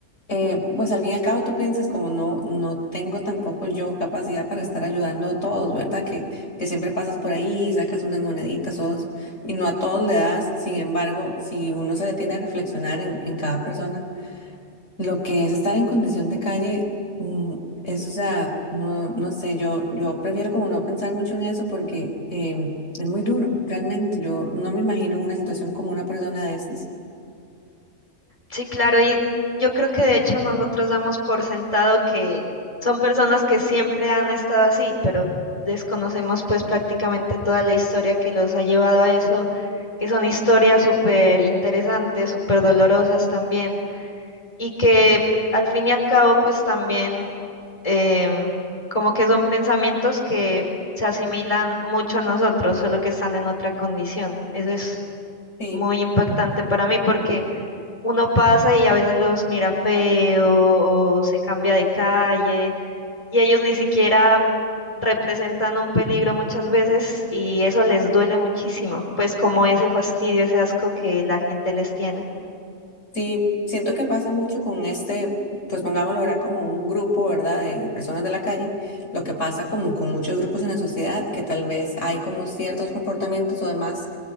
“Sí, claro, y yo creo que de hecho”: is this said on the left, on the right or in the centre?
Left